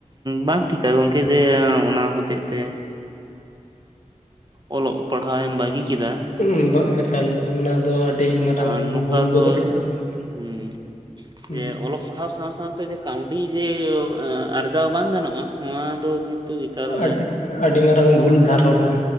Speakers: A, on the right; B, on the left.
A: ᱵᱟᱝ ᱴᱷᱤᱠᱟ ᱜᱚᱢᱠᱮ ᱡᱮ ᱚᱱᱟ ᱦᱚᱛᱮᱜ ᱛᱮ, ᱚᱞᱚᱜ ᱯᱟᱲᱦᱟᱣᱢ ᱵᱟᱹᱜᱤ ᱠᱮᱫᱟ ᱾
B: ᱩ ᱵᱟᱝ ᱮᱠᱟᱞ ᱚᱱᱟ ᱫᱚ ᱟᱹᱰᱤ, ᱢᱟᱨᱟᱝ
A: ᱟᱨ ᱱᱚᱝᱠᱟ
B: ᱵᱷᱩᱞ
A: ᱫᱚ
B: ᱜᱚᱫᱚᱜ ᱞᱮᱠᱟ ᱢᱮᱱᱟᱜᱼᱟ
A: ᱦᱮ
B: ᱦᱩᱸ
A: ᱡᱮ ᱚᱞᱚᱜ ᱯᱟᱲᱦᱟᱣ ᱥᱟᱶ-ᱥᱟᱶᱛᱮ ᱾ ᱠᱟᱹᱣᱰᱤ ᱡᱮ ᱟᱨᱡᱟᱣ ᱵᱟᱝ ᱜᱟᱱᱚᱜᱼᱟ? ᱱᱚᱣᱟ ᱫᱚ ᱠᱤᱱᱛᱩ ᱮᱠᱟᱞ
B: ᱟᱹᱰᱤ ᱟᱹᱰᱤ ᱢᱟᱨᱟᱝ ᱵᱷᱩᱞ ᱫᱷᱟᱨᱚᱱᱟ